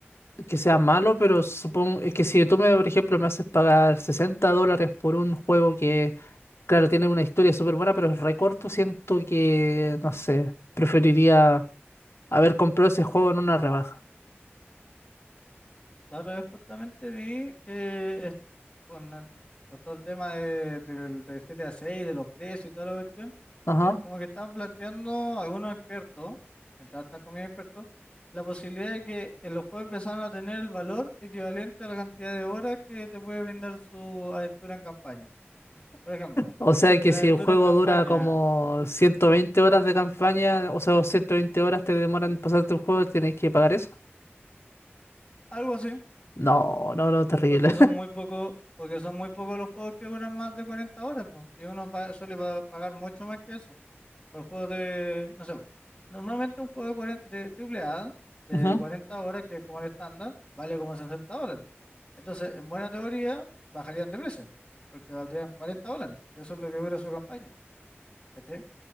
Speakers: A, on the left; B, on the left.
A: que sean malos, pero supongo es que si tú, me, por ejemplo, me haces pagar 60 dólares por un juego que, claro, tiene una historia súper buena, pero es re corto, siento que, no sé, preferiría haber comprado ese juego en una rebaja.
B: La otra vez justamente vi que con, el- con todo el tema de- del, del GTA 6, de los precios y toda la cuestión,
A: Ajá.
B: eh, como que estaban planteando algunos expertos, entre altas comillas expertos, la posibilidad de que eh, los juegos empezaran a tener el valor equivalente a la cantidad de horas que te puede brindar su aventura en campaña. Por ejemplo,
A: O sea
B: si
A: que
B: la
A: si
B: aventura
A: el juego
B: en campaña,
A: dura como 120 horas de campaña, o sea, 120 horas te demoran en
B: mm,
A: pasarte el juego, tienes que pagar eso.
B: algo así,
A: No, no, no, terrible.
B: porque son muy pocos, porque son muy pocos los juegos que duran más de 40 horas, pues, y uno pa- suele pa- pagar mucho más que eso. Por juegos de, no sé, pues, normalmente un juego de, 40 de triple A de
A: <laughs> Ujú,
B: 40 horas, que es como el estándar, vale como 60 dólares. Entonces, en buena teoría, bajarían de precio, porque valdrían 40 dólares. Eso es lo que dura su campaña, ¿cachai?